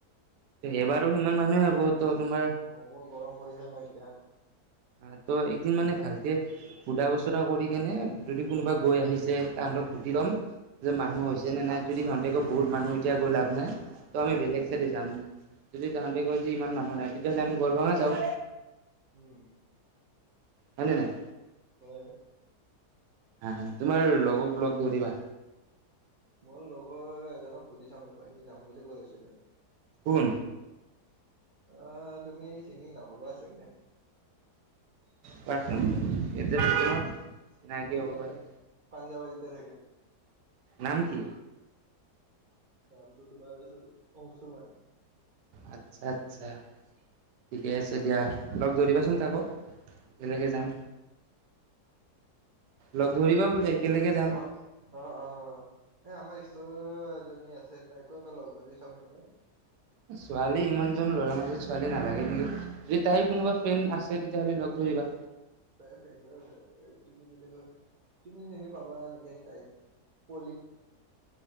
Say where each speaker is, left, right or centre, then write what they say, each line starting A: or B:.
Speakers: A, on the right (about 85°); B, on the right (about 60°).
A: এইবাৰো সিমান মানুহে হব ত তোমাৰ
B: হ'ব গৰম পৰিছে ন' এতিয়া।
A: আহ ত একদিন মানে ভালকে সুধা বচৰা কৰি কেনে যদি কোনোবা গৈ আহিছে তাহাঁতক সুধি লম যে মানুহ হৈছেনে নাই, যদি সিহঁতে কয় বহুত মানুহ এতিয়া গৈ লাভ নাই ত' আমি বেলেগ চাইড যাম যদি তাহাঁতে কৈ যে ইমান মানুহ নাই তেতিয়াহ'লে আমি গড়গাঁৱয়ে যাওঁ
B: উম
A: হয় নে নাই!
B: হয়।
A: হা- হা তোমাৰ
B: যাব পা
A: লগক লগ ধৰিবা।
B: মোৰ লগৰ এজনক সুধি চাম ৰবা সি যাম বুলি কৈ আছিলে।
A: কোন?
B: আহ, তুমি চিনি নাপাবা চাগে
A: পচ এতি <unintelligible> নাই কি হব
B: ইয়াতে
A: পাৰে
B: পাঞ্জাৱাৰীতে থাকে।
A: নাম কি
B: নামটো তোমাৰ আছে অংশুৰমান
A: আচ্ছা আচ্ছা ঠিকে আছে দিয়া লগ ধৰিবা চোন তাকো একেলগে যাম লগ ধৰিবা বোলে একেলগে যাম।
B: অ অ অ এই আমাৰ স্তৰৰে এজনী আছে তাইকো এবাৰ লগ ধৰি চাও নেকি
A: ছোৱালী ইমানজন ল'ৰাৰ ছোৱালী নালাগে নেকি যদি তাইৰ কোনোবা ফ্ৰেণ্ড আছে তেতিয়াহ'লে লগ
B: অ
A: ধৰিবা।
B: ত প <unintelligible> কি বুলি কয় তুমি চিনি পাবা নেকি তাইক কলি